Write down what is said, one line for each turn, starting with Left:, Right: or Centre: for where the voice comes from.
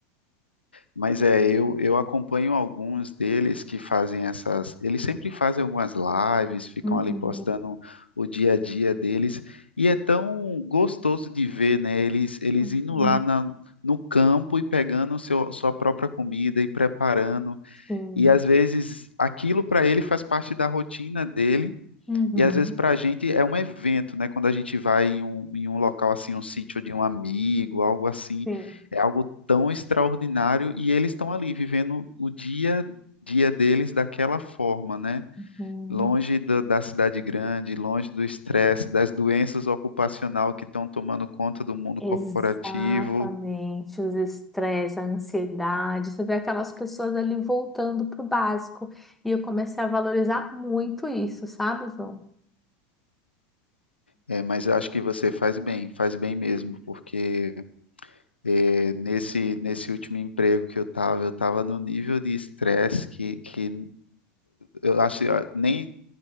Left: Mas é, eu, eu acompanho alguns deles que fazem essas. Eles sempre fazem algumas lives, ficam
Centre: Uhum.
Left: ali postando o dia a dia deles. E é tão gostoso de ver, né? Eles, eles
Centre: Uhum.
Left: indo lá na- no campo e pegando o seu, sua própria comida e preparando.
Centre: Sim.
Left: E às vezes aquilo para ele faz parte da rotina dele.
Centre: Uhum.
Left: E às vezes para a gente é um evento, né? Quando a gente vai em um, em um local assim, um sítio de um amigo, algo assim,
Centre: Sim.
Left: é algo tão extraordinário e eles estão ali vivendo o dia a dia deles daquela forma, né?
Centre: Uhum.
Left: Longe da, da cidade grande, longe do estresse, das doenças ocupacional que estão tomando conta do mundo
Centre: Exatamente,
Left: corporativo.
Centre: os estresses, a ansiedade, você vê aquelas pessoas ali voltando pro básico. E eu comecei a valorizar muito isso, sabe, João?
Left: É, mas eu acho que você faz bem, faz bem mesmo, porque é, nesse, nesse último emprego que eu estava, eu estava no nível de estresse que, que eu acho, nem